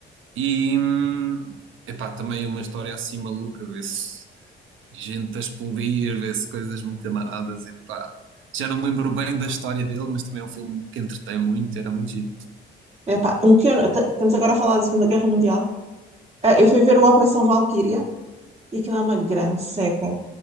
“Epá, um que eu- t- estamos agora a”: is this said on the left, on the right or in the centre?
Right